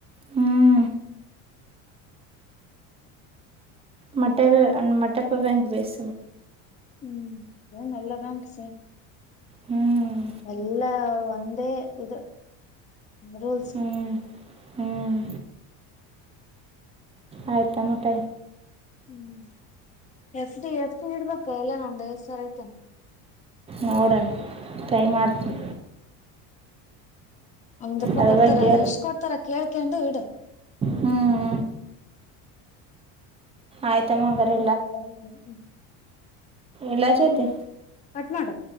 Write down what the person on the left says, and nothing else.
ಹ್ಮ್ ನಲ್ಲದಾಕ ಸ
ಎಲ್ಲಾ ಒಂದೇ ಇದು ರೂಲ್ಸ್
ಹ್ಮ್ ಎಫ ಎಫ್್ಟ ಇಡ್ಬೇಕ ಎಲ್ಲ ನೊಂದು್ ಐದ್ ಸರ ಆಐ್ತಾನ
ಒಂದ್ ರೂಪಾಯಿ
ಕೊಡ್ತಾರ
ಎಷ್ಟ್ ಕೊಡ್ತಾರ ಕೇಳ್ಕೊಂಡಂಡು ಇಡು
ಆಯ್ತ
ಹ ಮಾಡ್ <unintelligible>
ಕಟ್ ಮಾಡು